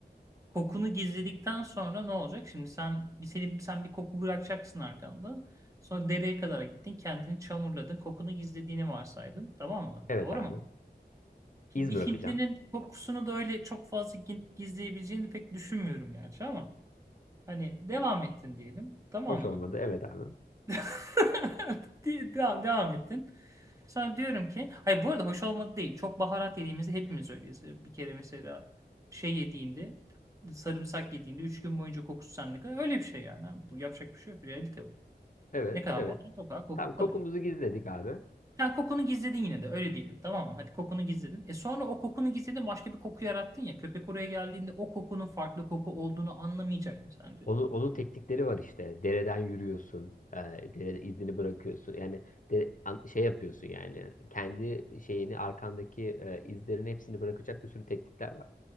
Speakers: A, on the right; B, on the left.
A: Kokunu gizledikten sonra ne olacak? Şimdi sen bir seni, sen bir koku bırakacaksın arkanda. Sonra dereye kadar gittin, kendini çamurladın, kokunu gizlediğini varsaydın, tamam mı?
B: Evet
A: Doğru
B: abi.
A: mu? Ki
B: İz
A: Bir
B: bırakacağım.
A: Hintlinin kokusunu da öyle çok fazla gi- gizleyebileceğini pek düşünmüyorum gerçi ama hani devam ettin diyelim, tamam
B: Hoş olmadı.
A: mı?
B: Evet abi.
A: <laughs> De- Devam, devam ettin. Sonra diyorum ki hayır bu arada hoş olmadı değil. Çok baharat yediğimizde hepimiz öyleyiz. Bir kere mesela şey yediğinde sarımsak yediğinde 3 gün boyunca kokusu sende kalır. Öyle bir şey yani. Bu yapacak bir şey yok. Realite bu.
B: Evet,
A: Ne kadar
B: evet.
A: baharat o kadar koku
B: Tamam kokumuzu
A: kalır.
B: gizledik abi.
A: Sen kokunu gizledin yine de öyle diyelim tamam mı? Hadi kokunu gizledin. E sonra o kokunu gizledin başka bir koku yarattın ya. Köpek oraya geldiğinde o kokunun farklı koku olduğunu anlamayacak mı sence?
B: Onun, onun teknikleri var işte. Dereden yürüyorsun. E, derede izini bırakıyorsun. Yani de, an- şey yapıyorsun yani. Kendi şeyini arkandaki e, izlerin hepsini bırakacak bir sürü teknikler var.